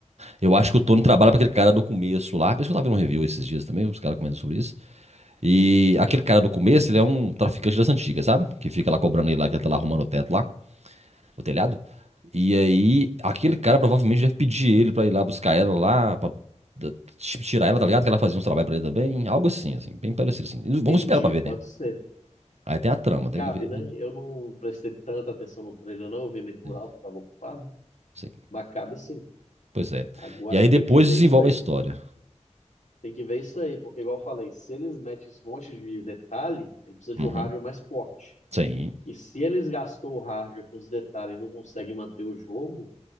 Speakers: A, on the right; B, on the left.
A: Eu acho que o Tony trabalha pra aquele cara do começo lá. Parece que eu tava vendo um review esses dias também, os caras comentando sobre isso. E aquele cara do começo, ele é um traficante das antigas, sabe? Que fica lá cobrando ele lá, que ele tá lá arrumando o teto lá, o telhado. E aí, aquele cara provavelmente deve pedir ele pra ir lá buscar ela lá, pra da- tirar ela, tá ligado? Que ela fazia uns trabalhos pra ele também, algo assim, assim, bem parecido assim.
B: Entendi,
A: Vamos esperar pra ver,
B: pode
A: né?
B: ser.
A: Aí tem a trama, tem
B: Cabe,
A: que ver.
B: né? Eu não prestei tanta atenção no trailer, não. Eu vi meio por
A: Sim,
B: alto, eu tava ocupado.
A: sim.
B: Mas cabe sim.
A: Pois é.
B: Agora
A: E aí
B: tem
A: depois
B: que ver
A: desenvolve
B: isso aí.
A: a história.
B: Tem que ver isso aí, porque, igual eu falei, se eles metem esse monte de detalhe, ele precisa de
A: Uhum.
B: um hardware mais forte.
A: Sim.
B: E se eles gastou o hardware com os detalhes e não conseguem manter o jogo,